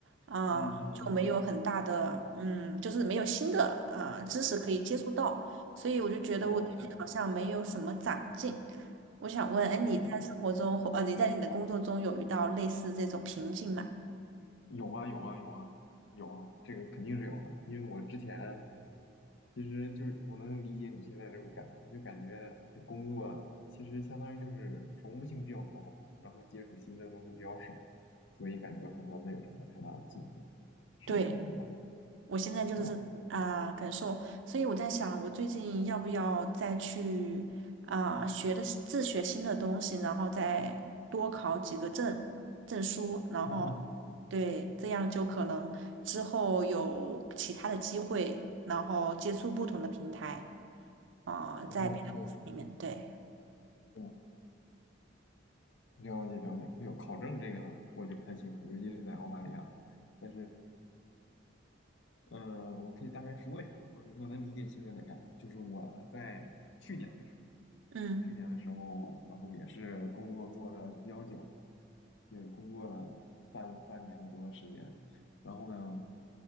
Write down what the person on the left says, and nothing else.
嗯嗯嗯，
哦
哦，
有啊有啊有啊有啊，这个肯定是有的，因为我之前其实就是我能理解你现在这种感觉，就感觉这工作其实相当于就是重复性比较高，然后接触新的东西比较少，所以感觉好像没有什么太大的进步，是不是这种感觉？
对吧？
哦哦
哦哦。
哦了解了解，我有考证这个我就不太清楚，尤其是在澳大利亚。但是，呃，我可以大概说一下，我我能理解现在的感觉，就是我在去年的时候，
去年的时候，然后也是工作做的比较久，也工作了三三年多的时间，然后呢，